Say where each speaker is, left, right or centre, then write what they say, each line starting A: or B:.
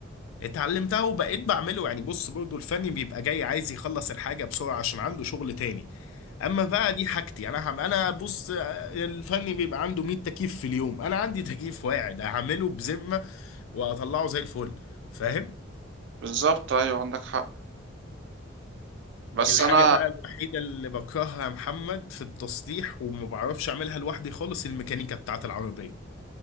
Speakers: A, on the left; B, on the right.
A: اتعلمتها وبقيت بعمله يعني بص برضو الفني بيبقى جاي عايز يخلص الحاجة بسرعة عشان عنده شغل تاني اما بقى دي حاجتي انا هم انا بص آه، الفني بيبقى عنده 100 تكييف في اليوم انا عندي تكييف واحد هعمله بذمة واطلعه زي الفل فاهم
B: بالظبط ايوه عندك حق بس
A: الحاجة
B: انا
A: بقى الوحيدة اللي بكرهها يا محمد في التصليح وما بعرفش أعملها لوحدي خالص الميكانيكا بتاعة العربية